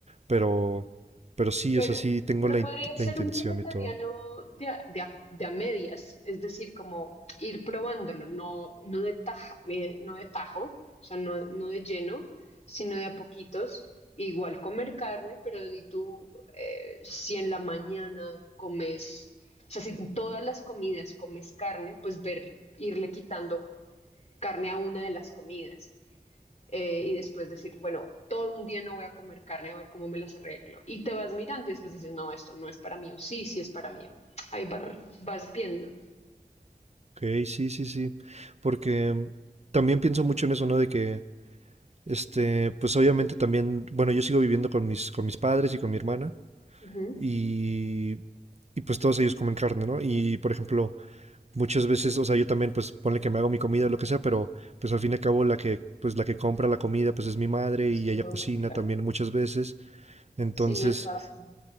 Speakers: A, on the right (about 45°); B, on the left (about 45°).
A: Pero, pero sí,
B: Pero,
A: o sea, sí tengo
B: pero
A: la,
B: podría
A: in-
B: ser
A: la intención
B: un vegetariano
A: y todo.
B: de a, de a- de a medias, es decir, como ir probándolo, no, no de taja, eh, no de tajo, o sea, no, no de lleno, sino de a poquitos. Igual comer carne, pero di tú, eh, si en la mañana comes, o sea, si en todas las comidas comes carne, pues ver, irle quitando carne a una de las comidas eh, y después decir, bueno, todo un día no voy a comer carne a ver cómo me las arreglo. Y te vas mirando y después dices, no, esto no es para mí, o sí, sí es para mí. Ahí va- vas viendo.
A: Ok, sí, sí, sí. Porque mm, también pienso mucho en eso, ¿no? De que, este, pues obviamente también, bueno, yo sigo viviendo con mis, con mis padres y con mi hermana
B: Ujú.
A: y, y pues todos ellos comen carne, ¿no? Y, por ejemplo, muchas veces, o sea, yo también, pues ponle que me hago mi comida o lo que sea, pero pues al fin y al cabo la que, pues la que compra la comida, pues es mi madre
B: Es
A: y
B: tu
A: ella
B: mamá,
A: cocina
B: claro.
A: también muchas veces. Entonces,
B: Sí, no es fácil.